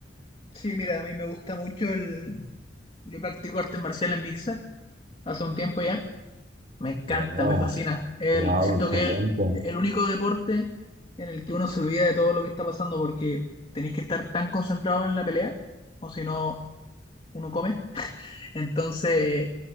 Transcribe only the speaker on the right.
Wow,
wow,
excelente.